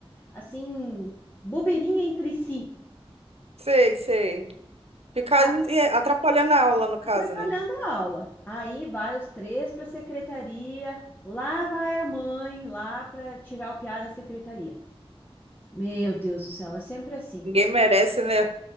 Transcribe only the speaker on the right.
Sei, sei. Ficar
em- atrapalhando a aula, no caso,
né?
Ninguém merece, né?